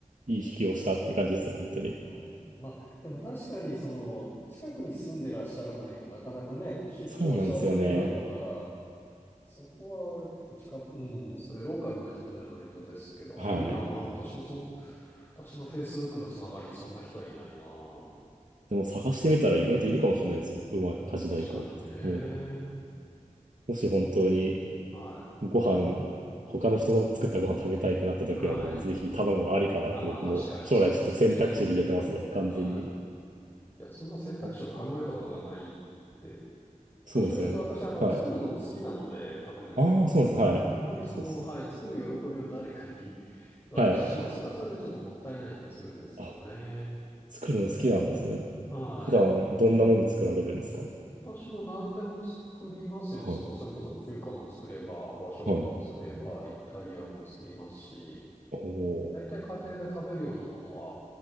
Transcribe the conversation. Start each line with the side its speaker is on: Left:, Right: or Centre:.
Right: ういい引きをしたっていう感じですね、本当に。
Left: はい。まあ、でも確かにその、近くに住んでらっしゃらないとなかなかね、出張されるんだろうから、
Right: そうなんですよね。
Left: そこはやっぱ近く、うん、そういうローカルな人じゃないとですけど、
Right: はい。
Left: あ、いいなぁ。私もそん、私の Facebook のつながりにそんな人はいないなぁ。
Right: でも探してみたら意外といるかもしれないですよ。うまい家事代行って。
Left: まあ確かにね。
Right: もう、もし本当に
Left: はい。
Right: ご飯、他の人の作ったご飯食べたいってなった時はもうぜひ頼むのありかなって僕も将来ちょっと選択肢に入れてますね、
Left: はい。あ、まあ確かにそうですね。
Right: 完全に。
Left: はい。いや、そんな選択肢を考えたことがないって
Right: おそうですよね。
Left: どっちかというと私はあの作るのも好きなので食べるのも。
Right: はい。ああ、そうなんです。はい。
Left: あんまりその、
Right: そうです。
Left: はい、作る喜びを誰かに <laughs> 渡してしまうのは。
Right: はい。
Left: それはそれでちょっともったいない気がするんですけどね。
Right: あ、作るの好きなんですね。
Left: はい。
Right: 普段どんなもの作られるんですか
Left: 私も何でも作りますよ。
Right: は
Left: その、それこそ中華も作れば、和食も作れば、
Right: い。はい。
Left: イタリアンも作りますし、
Right: おお。
Left: 大体家庭で食べるようなものは